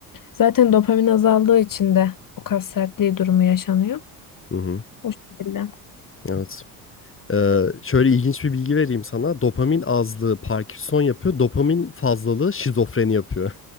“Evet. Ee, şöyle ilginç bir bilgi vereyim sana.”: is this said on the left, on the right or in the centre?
Left